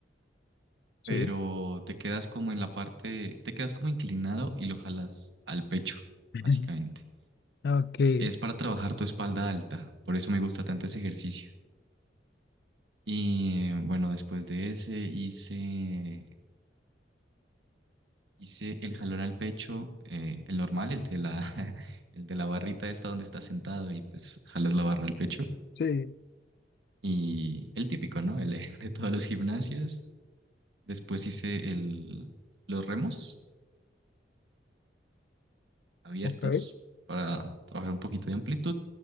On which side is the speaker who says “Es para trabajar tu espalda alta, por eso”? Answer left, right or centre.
Right